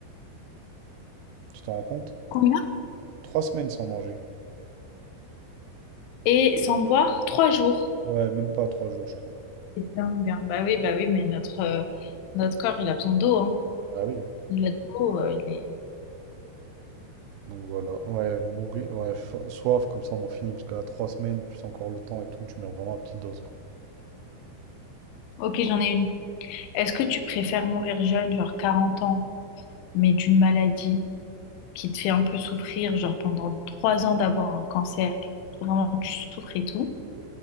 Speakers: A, on the right (about 75°); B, on the left (about 85°).
A: Tu t'en rends compte?
B: Combien?
A: Trois semaines sans manger.
B: Et sans boire, trois jours.
A: Ouais, même pas trois jours, je crois.
B: C'est dingue, hein. Bah oui, bah oui, mais notre, euh, notre corps, il a besoin d'eau, hein.
A: Bah oui. hein.
B: Il a de l'eau, euh, il est...
A: Donc voilà. Ouais, mourir. Ouais, fa- soif, comme ça on en finit. Parce que là, trois semaines, plus encore le temps et tout, tu mets vraiment à petite dose, quoi.
B: Ok, j'en ai une. Est-ce que tu préfères mourir jeune, genre 40 ans, mais d'une maladie? qui te fait un peu souffrir, genre pendant trois ans d'avoir un cancer, vraiment tu souffres et tout,